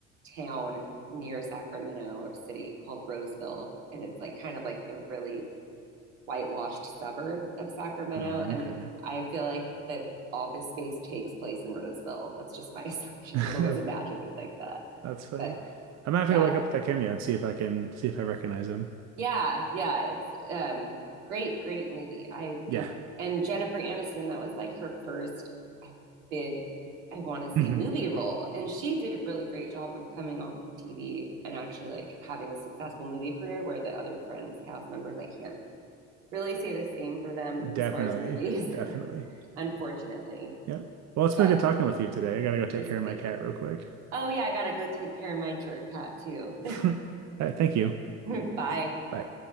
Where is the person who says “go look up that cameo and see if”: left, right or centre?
Right